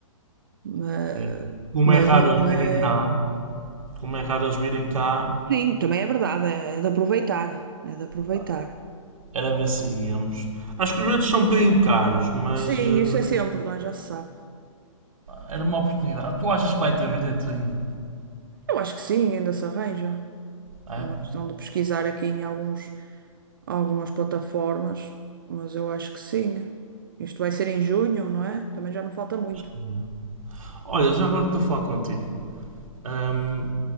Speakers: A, on the right; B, on the right.
A: mas,
B: E como
A: mas
B: é raro
A: não
B: eles virem
A: é.
B: cá, como é raro eles virem cá,
A: Sim, também é verdade, é, é de aproveitar, é de aproveitar.
B: pá, era ver se íamos. Acho que os bilhetes são um bocadinho caros, mas
A: Sim,
B: eh,
A: isso é sempre, não é? Já se sabe.
B: era uma oportunidade. Tu achas que vai ter bilhetes ainda?
A: Eu acho que sim, ainda se arranja.
B: É?
A: É
B: Acho
A: uma questão de pesquisar aqui em alguns, algumas plataformas, mas eu acho que sim. Isto vai ser em junho, não é? Também já não falta muito.
B: que não. Olha, já agora estou a falar contigo. hum,